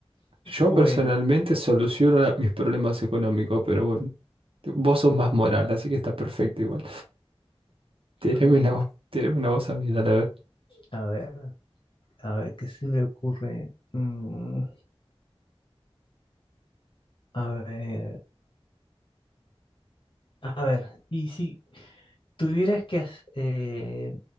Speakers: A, on the right; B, on the left.
A: Yo
B: Bueno,
A: personalmente soluciono la- mis problemas económicos, pero bueno, vos sos más moral, así que está perfecto igual. Tírame
B: bueno,
A: una voz, tírame una voz a mí, dale a ver.
B: a ver, a ver, ¿qué se me ocurre? Mm, a ver, a ver, y si, tuvieras que, ha- eh,